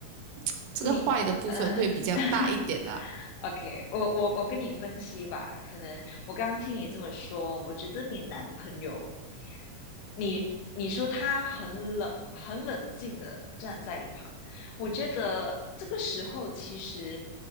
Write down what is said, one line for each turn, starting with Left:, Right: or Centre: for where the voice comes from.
Right: <tsk> 这个坏的部分会比较大一点啦。
Left: 你，嗯 <laughs>，OK，我我我跟你分析吧，可能我刚刚听你这么说，我觉得你男朋友，你你说他很冷，很冷静的站在一旁，我觉得这个时候其实